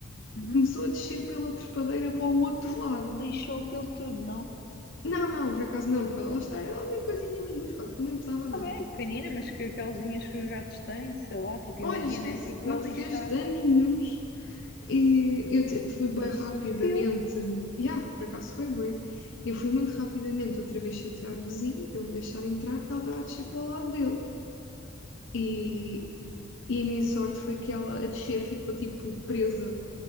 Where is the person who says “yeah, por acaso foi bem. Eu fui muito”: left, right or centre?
Left